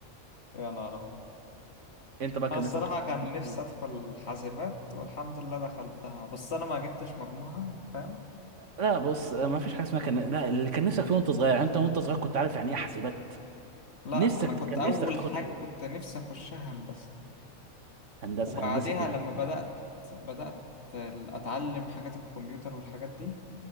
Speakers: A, on the left; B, on the right.
A: يا نهار أبيض.
B: انت بقى
A: أنا
B: كان
A: الصراحة
B: نفسك تخرج
A: كان
B: كليه
A: نفسي
B: ايه
A: أدخل حاسبات والحمد لله دخلتها بس أنا ما جبتش مجموعة فاهم
B: لا بص ما فيش حاجه اسمها كان لا اللي كان نفسك فيه وانت صغير يعني انت وانت صغير كنت عارف يعني ايه حاسبات
A: لا
B: نفسك
A: أنا كنت
B: كان
A: أول
B: نفسك تخش
A: حاجة
B: ايه
A: كنت نفسي أخشها هندسة
B: هندسه
A: وبعديها
B: هندسه ايه
A: لما بدأت بدأت أتعلم حاجات الكمبيوتر والحاجات دي